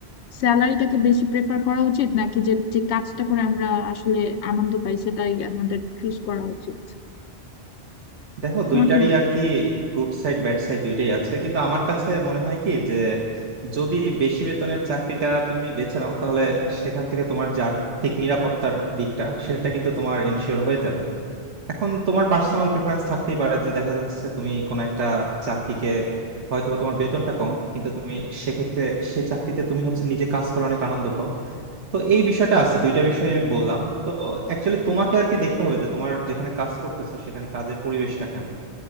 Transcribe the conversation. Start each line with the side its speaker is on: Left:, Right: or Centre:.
Left: স্যালারিটাকে বেশি প্রেফার করা উচিত নাকি যে যে কাজটা করে আমরা আসলে আনন্দ পাই সেটাই আমাদের চুজ করা উচিত
Right: দেখো
Left: তোমার
Right: দুইটারই
Left: কি
Right: আর কি গুড সাইড ব্যাড সাইড দুইটাই আছে কিন্তু আমার কাছে মনে হয় কি যে যদি বেশি বেতনের চাকরিটা তুমি বেছে নাও তাহলে সেখান থেকে তোমার যে আর্থিক নিরাপত্তার দিকটা সেটা কিন্তু তোমার এনশিওর হয়ে যাবে এখন তোমার পার্সোনাল প্রিফারেন্স থাকতেই পারে যে দেখা যাচ্ছে তুমি কোনো একটা চাকরিকে হয়তোবা তোমার বেতনটা কম কিন্তু তুমি সেক্ষেত্রে সেই চাকরিতে তুমি হচ্ছে নিজে কাজ করে অনেক আনন্দ পাও তো এই বিষয়টা আছে দুইটা বিষয় আমি বললাম তো অ্যাকচুয়ালি তোমাকে আর কি দেখতে হবে যে তোমার যেখানে কাজ করতেছো সেখানে কাজের পরিবেশটা কেমন